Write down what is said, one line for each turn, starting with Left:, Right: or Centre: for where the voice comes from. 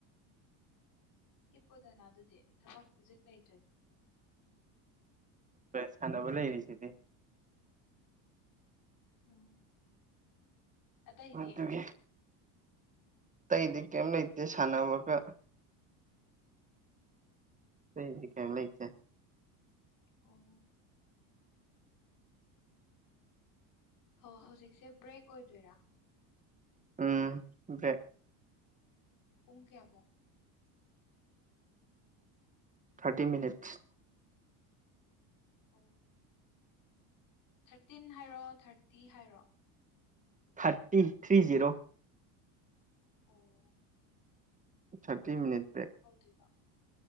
Left: ꯍꯤꯞꯄꯨꯗꯅ ꯑꯗꯨꯗꯤ ꯊꯕꯛ ꯍꯧꯖꯤꯛ ꯂꯩꯇ꯭ꯔꯗꯤ
Right: <inaudible> ꯁꯥꯟꯅꯕ ꯂꯩꯔꯤꯁꯤꯗꯤ
Left: ꯎꯝ ꯑꯇꯩꯗꯤ
Right: ꯑꯗꯨꯒꯤ ꯑꯇꯩꯗꯤ ꯀꯩꯝ ꯂꯩꯇꯦ ꯁꯥꯟꯅꯕꯒ ꯑꯇꯩꯗꯤ ꯀꯌꯤꯝ ꯂꯩꯇ‌ꯦ
Left: ꯑꯣ ꯍꯣ ꯍꯧꯖꯤꯛꯁꯦ ꯕ꯭ꯔꯦꯛ ꯑꯣꯏꯗꯣꯏꯔꯥ
Right: ꯎꯝ ꯕꯔ‌ꯦꯛ
Left: ꯄꯨꯡ ꯀꯌꯥꯕꯧ
Right: ꯊꯥꯔꯇꯤ ꯃꯤꯅꯤꯠꯁ
Left: ꯑꯣ ꯊꯥꯔꯇꯤꯟ ꯍꯥꯏꯔꯣ ꯊꯥꯔꯇꯤ ꯍꯥꯏꯔꯣ
Right: ꯊꯥꯔꯇꯤ ꯊ꯭ꯔꯤ ꯖꯤꯔꯣ
Left: ꯑꯣ
Right: ꯊꯥꯔꯇꯤ ꯃꯤꯅꯤꯠ ꯕꯦꯛ
Left: ꯍꯧꯗ‌ꯣꯏꯕ꯫